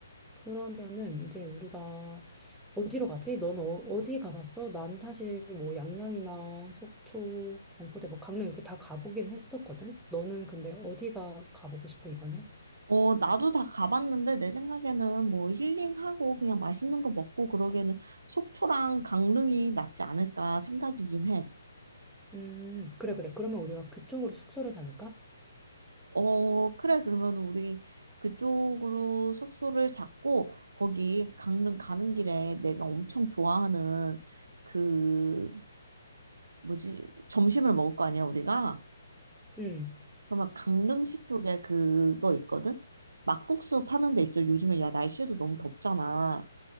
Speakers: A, in the centre; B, on the right.
A: 그러면은 이제 우리가 어디로 가지? 너는 어, 디 가봤어? 난 사실 뭐 양양이나 속초, 경포대, 뭐 강릉 이렇게 다 가보긴 했었거든. 너는 근데 어디가 가보고 싶어 이번에?
B: 어, 나도 다 가봤는데 내 생각에는 뭐 힐링하고 그냥 맛있는 거 먹고 그러기에는 속초랑 강릉이 낫지 않을까 생각이긴 해.
A: 음, 그래 그래. 그러면 우리가 그쪽으로 숙소를 잡을까?
B: 어, 그래. 그러면 우리 그쪽으로 숙소를 잡고 거기 강릉 가는 길에 내가 엄청 좋아하는 그 뭐지? 점심을 먹을 거 아니야, 우리가?
A: 음,
B: 그러면 강릉시 쪽에 그거 있거든? 막국수 파는 데 있어. 요즘에 야, 날씨도 너무 덥잖아.